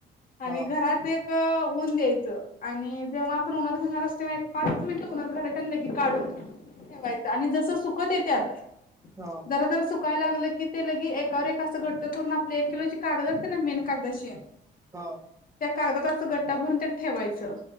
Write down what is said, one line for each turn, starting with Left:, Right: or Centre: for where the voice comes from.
Left: आणि
Right: हा
Left: घरात एक ऊन द्यायचं, आणि जेव्हा आपण उन्हात घालणारत तेव्हा एक पाच मिनिटे उन्हात घालाय लगी काढून ठेवायचं. आणि जस सुकत येत्यात
Right: हा
Left: जरा-जरा सुकायला लागलं की ते लगी एकावर एक अस घट्ट करून आप एक किलोच्या कागद असते ना मेन कागदाशीे
Right: हा
Left: त्या कागदात असं घट्ट भरून त्यात ठेवायचं.